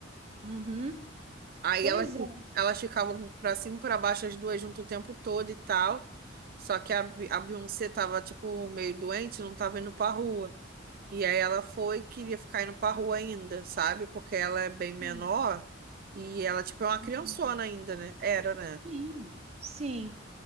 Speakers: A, on the right; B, on the right.
A: Uhum.
B: Aí
A: Pois
B: elas, fi-
A: é.
B: elas ficavam pra cima e pra baixo, as duas juntas o tempo todo e tal. Só que a, Bi- a Beyoncé tava, tipo, meio doente, não tava indo pra rua. E aí ela foi e queria ficar indo pra rua ainda, sabe? Porque ela é bem menor
A: Sim.
B: e ela, tipo, é uma criançona
A: Aham.
B: ainda, né? Era, né?
A: Sim. Sim.